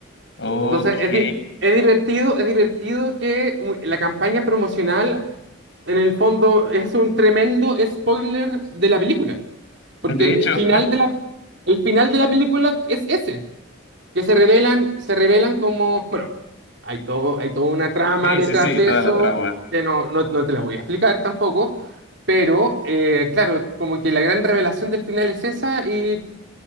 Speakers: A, on the left (about 60°); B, on the right (about 60°).
A: Ok.
B: Entonces, es, di- es divertido, es divertido que u- la campaña promocional, en el fondo, es un tremendo spoiler de la película. Porque
A: De
B: el
A: hecho,
B: final de la, el final de la película es ese que se revelan, se revelan como, bueno, hay todo, hay toda una
A: <laughs>
B: trama
A: sí,
B: detrás
A: sí, sí,
B: de
A: toda
B: eso
A: la trama.
B: que no, no, no te la voy a explicar tampoco, pero eh, claro, como que la gran revelación del final es esa y